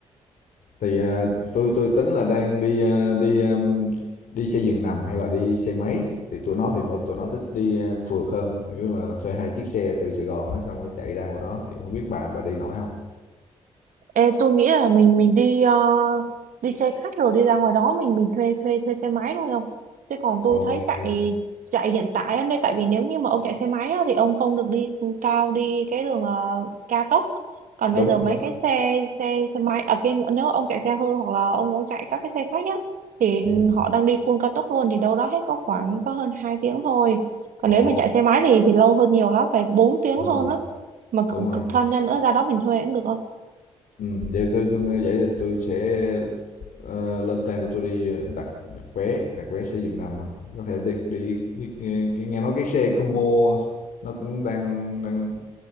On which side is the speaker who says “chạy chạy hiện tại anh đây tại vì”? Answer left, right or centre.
Right